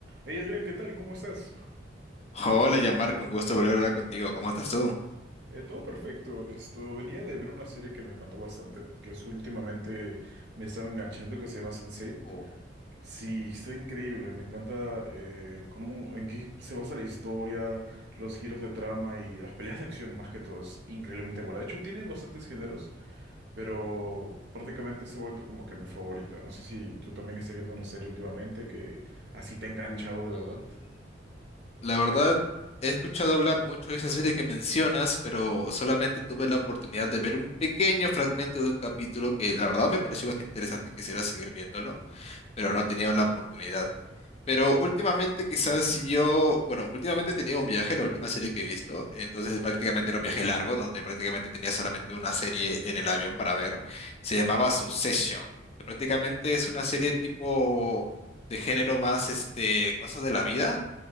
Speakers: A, on the right; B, on the left.
A: Hey Adrián, ¿qué tal? ¿Cómo estás?
B: Hola, Yamar, con gusto volver a hablar contigo. ¿Cómo estás tú?
A: Eh, todo perfecto. Esto venía de ver una serie que me encantó bastante, que es últimamente me estaba enganchando, que se llama Sense8.
B: Oh,
A: Sí, está increíble. Me encanta eh, cómo, en qué se basa la historia, los giros de trama y las peleas de acción más que todo. Es increíblemente buena. De hecho, tiene bastantes géneros, pero prácticamente se ha vuelto como que mi favorita. No sé si tú también estés viendo una serie últimamente que así te ha enganchado
B: uh,
A: de
B: uh.
A: verdad.
B: La verdad, he escuchado hablar mucho de esa serie que mencionas, pero solamente tuve la oportunidad de ver un pequeño fragmento de un capítulo que la verdad me pareció bastante interesante y quisiera seguir viéndolo, pero no he tenido la oportunidad. Pero últimamente quizás si yo, bueno, últimamente he tenido un viaje, la última serie que he visto, entonces prácticamente era un viaje largo, donde prácticamente tenía solamente una serie en el avión para ver, se llamaba Succession, que prácticamente es una serie tipo de género más, este, cosas de la vida,